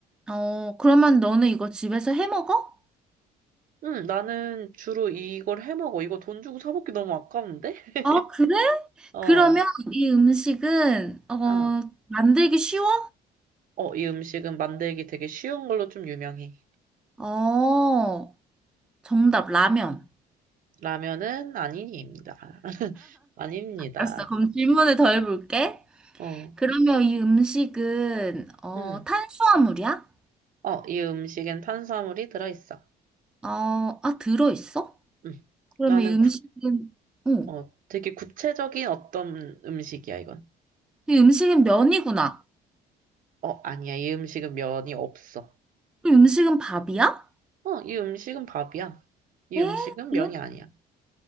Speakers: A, in the centre; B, on the right.
A: 어, 그러면 너는 이거 집에서 해 먹어?
B: 응, 나는 주로 이걸 해 먹어. 이거 돈 주고 사 먹기 너무 아까운데? <laughs>
A: 아, 그래?
B: 어,
A: 그러면 이 음식은, 어,
B: 아,
A: 만들기 쉬워?
B: 어, 이 음식은 만들기 되게 쉬운 걸로 좀 유명해.
A: 어, 정답, 라면.
B: 라면은 아닙니다. <laughs> 아닙니다.
A: 알았어. 그럼 질문을 더 해볼게.
B: 어,
A: 그러면 이 음식은, 어,
B: 음,
A: 탄수화물이야?
B: 어, 이 음식엔 탄수화물이 들어있어.
A: 어, 아, 들어있어?
B: 음,
A: 그러면
B: 나는
A: 이 음식은,
B: 구,
A: 어,
B: 어, 되게 구체적인 어떤 음식이야, 이건.
A: 이 음식은 면이구나.
B: 어, 아니야. 이 음식은 면이 없어.
A: 그럼 음식은 밥이야?
B: 어, 이 음식은 밥이야. 이
A: 에?
B: 음식은
A: 그래?
B: 면이 아니야.